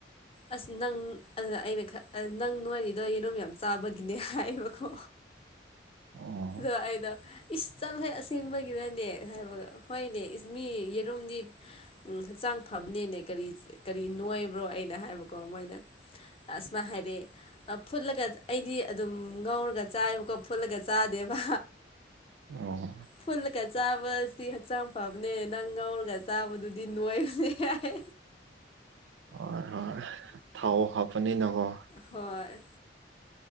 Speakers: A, on the left; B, on the right.
A: ꯑꯁ ꯅꯪ ꯑꯗꯨꯗ ꯑꯩꯅ ꯈ ꯅꯪ ꯅꯣꯏꯔꯤꯗꯣ ꯌꯦꯅꯨꯝꯝ ꯌꯥꯝ ꯆꯥꯕꯒꯤꯅꯦ ꯍꯥꯏꯌꯦꯕꯀꯣ
B: <unintelligible> ꯑꯣ
A: ꯑ ꯑꯩꯅ ꯏꯁꯇꯅ ꯍꯣꯏ ꯑꯁꯦꯡꯕꯒꯤꯅꯅꯦ ꯍꯥꯏꯕ ꯍꯣꯏꯅꯦ ꯃꯤ ꯌꯦꯔꯨꯝꯗꯤ ꯎꯝ ꯍꯛꯆꯥꯡ ꯐꯕꯅꯦꯅꯦ ꯀꯔꯤ ꯀꯔꯤ ꯅꯣꯏꯕ꯭ꯔꯣ ꯑꯩꯅ ꯍꯥꯏꯕꯀꯣ ꯃꯣꯏꯅ ꯑꯁ ꯁꯨꯃꯥ ꯍꯥꯏ ꯔꯦ ꯑ ꯐꯨꯠꯂꯒ ꯑꯩꯗꯤ ꯑꯗꯨꯝ ꯉꯧꯔꯒ ꯆꯥꯏꯑꯕꯀꯣ ꯐꯨꯠꯂꯒ ꯆꯥꯗꯦꯕ꯫
B: ꯑꯣ
A: ꯐꯨꯜꯂꯒ ꯆꯥꯕꯁꯤ ꯍꯛꯆꯥꯡ ꯐꯕꯅꯦ ꯅꯪ ꯉꯧꯔꯒ ꯆꯥꯕꯗꯨ ꯑꯗꯨꯗꯤ ꯅꯣꯏꯕꯅꯦ ꯍꯥꯏ
B: ꯍ ꯍꯣꯏ ꯊꯥꯎ ꯍꯥꯄꯅꯤ ꯅꯉꯣ
A: ꯍꯣꯏ